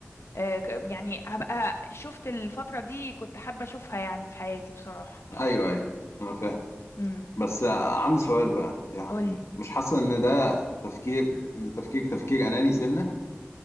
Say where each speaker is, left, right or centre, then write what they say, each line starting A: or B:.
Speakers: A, on the left (about 65°); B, on the left (about 80°).
A: آه، ك- يعني هبقى شفت الفترة دي كنت حابة أشوفها يعني في حياتي بصراحة
B: ايوه ايوه انا فاهم
A: امم
B: بس عندي سؤال بقى يعني
A: قولي
B: مش حاسة ان ده تفكير ان تفكير تفكير اناني سنة